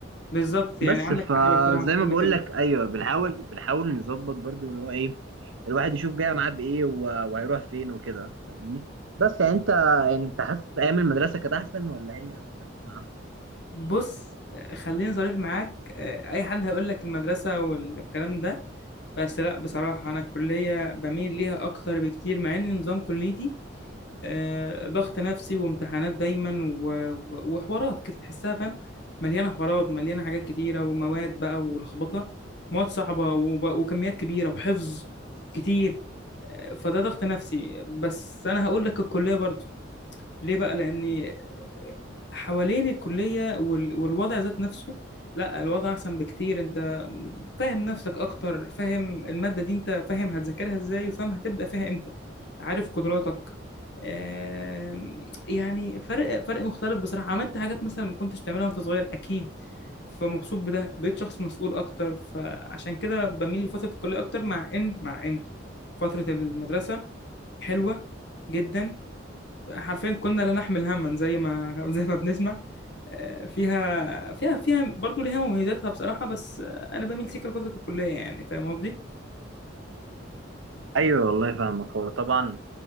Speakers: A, on the left (about 60°); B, on the right (about 85°).
A: بالظبط يعني
B: بس
A: عندك
B: فزي
A: حق بصراحة في كل
B: ما بقول
A: كلمة
B: لك ايوه بنحاول بنحاول نظبط برضو اللي هو ايه الواحد يشوف جاي معاه بايه و- وهيروح فين وكده فاهمني بس يعني انت يعني انت حاسس ايام المدرسه كانت احسن ولا هي ولا الجامعه
A: بص خليني صريح معاك آه، اي حد هيقول لك المدرسه والكلام ده بس لا بصراحه انا الكليه بميل ليها اكتر بكتير مع ان نظام كليتي آه، ضغط نفسي وامتحانات دايما و- و- وحوارات كده تحسها فاهم مليانه حوارات مليانه حاجات كتيره ومواد بقى ولخبطه مواد صعبه وب- وكميات كبيره وحفظ كتير آه، فده ضغط نفسي بس انا هقول لك الكليه برضو ليه بقى لاني حوالين الكلية وال- والوضع ذات نفسه لا الوضع أحسن بكتير أنت فاهم نفسك أكتر فاهم المادة دي أنت فاهم هتذاكرها إزاي وفاهم هتبدأ فيها إمتى عارف قدراتك آم، يعني فرق فرق مختلف بصراحة عملت حاجات مثلا ما كنتش بتعملها وأنت صغير أكيد فمبسوط بده بقيت شخص مسؤول أكتر فعشان كده بميل لفترة الكلية أكتر مع إن مع إن فترة المدرسة حلوة جدا حرفيا كنا لا نحمل هما زي ما <laughs> زي ما بنسمع آه، فيها فيها فيها برضه ليها مميزاتها بصراحة بس آه، أنا بميل سيكا لفترة الكلية يعني فاهم قصدي؟
B: ايوه والله فاهمك هو طبعا